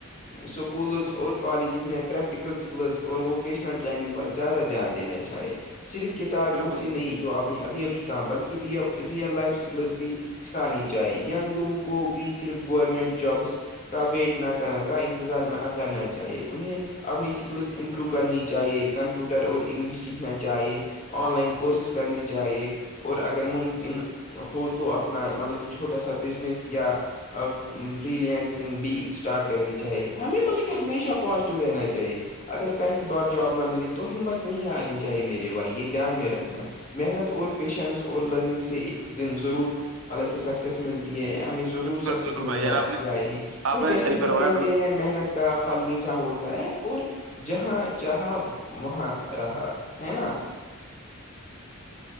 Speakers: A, on the left (about 35°); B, on the right (about 65°).
A: اسکولز اور کالجز میں پریکٹیکل اسکلز اور ووکیشنل ٹریننگ پر زیادہ دھیان دینا چاہے صرف کتابوں
B: بالکل
A: سے نہیں جو آپ نے ابھی ابھی کہا بلکہی ریئل لائف سکلز بھی سکھانی چاہی ینگ لوگوں کو بھی صرف گورمنٹ جابس کا ویٹ نہ کر کا انتظار نہ کرنا چاہیے انہیں اپنی اسکلز امپرو کرنی چاہیے کمپیوٹر اور انگلش سیکھنا چاہیے آن لائن کورسز کرنے چاہیے اور اگر ممکن ہو تو اپنا مطلب کہ چھوٹا سا بزنس یا فری لینسنگ بھی اسٹارٹ کرنی چاہیے ہمیں مطلب کہ ہمیشہ پازیٹیو رہنا چاہیے اگر پہلی بار جاب نہ ملے تو ہمت نہیں ہارنی چاہے میرے بھائی یہ دھیان میں رکھنا محنت اور پیشنس اور لرننگ سے ایک دن ضرور مطکہ س سیس ملتی ہے ہمیں ضرور
B: بالکل
A: سکسیس
B: بالکل
A: مل
B: بھائی
A: ج
B: جان آپ نے
A: جائے گی تو
B: آپ نے
A: جیسے
B: صحیح فرمایا
A: کہ کہتے
B: بالکل
A: ہیں محنت کا فھل میٹھا ہوتا ہے اور جہاں چاہا وہاں رہا ہے نا